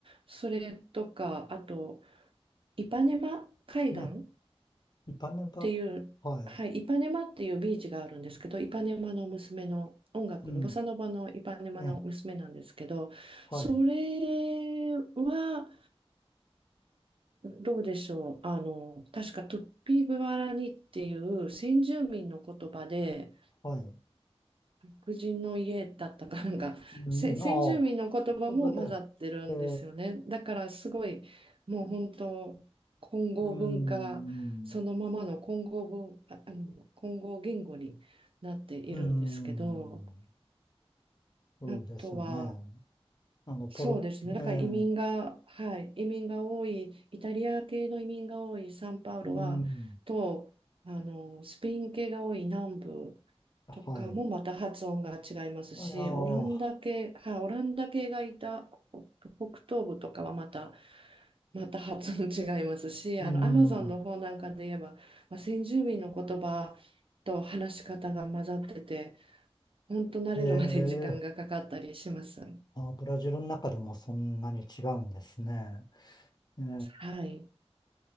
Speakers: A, on the right; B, on the left.
A: それとかあとイパネマ海岸っ
B: ね、一般の場、
A: ていう、
B: はい、
A: はい、イパネマっていうビーチがあるんですけど、イパネマの娘の音楽のボサノバのイパネマの娘なんですけど、
B: うん、ええ、はい、
A: それはどうでしょう。あの、確かトゥッピーグアラニっていう先住民の言葉で、
B: はい。
A: 白人の家だったかなんか、
B: うん、
A: せ先住民の言葉も混ざってるんですよね。
B: ああ、言葉で、ええ、
A: だからすごい、もう本当、混合文化、
B: うん、
A: そのままの混合文、あ、あの、混合言語になっているんですけど、
B: うん、そうですよね。
A: あとは、
B: あの、ポロッと、
A: そうですね。だから移民が、
B: ええ、
A: はい、移民が多い、イタリア系の移民が多いサンパウロは、
B: うん、
A: と、あの、スペイン系が多い南部とかもまた発音が違いますし、
B: はい。あいやあ、
A: オランダ系、はい、オランダ系がいた北東部とかはまた、また発音違いますし、
B: うん、
A: あの、アマゾンの方なんかで言えば、まあ、先住民の言葉と話し方が混ざってて、本当慣れるまで時間がかかったりします。
B: ええ、あ、ブラジルの中でもそんなに違うんですね。ええ、
A: はい。